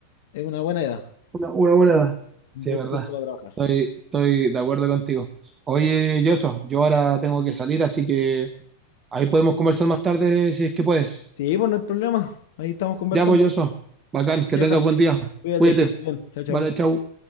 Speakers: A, on the left; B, on the right.
A: es una buena edad.
B: Una, una buena edad.
A: Un
B: Sí,
A: buen
B: es verdad.
A: curso para trabajar.
B: Estoy, estoy de acuerdo contigo. Oye, Yoso, yo ahora tengo que salir, así que ahí podemos conversar más tarde si es que puedes.
A: Sí, pues no hay problema. Ahí estamos conversando.
B: Ya, pues, Yoso. Bacán, que
A: Johan,
B: tengas buen día.
A: cuídate,
B: Cuídate.
A: que estés bien. Chao, chao.
B: Vale, chau.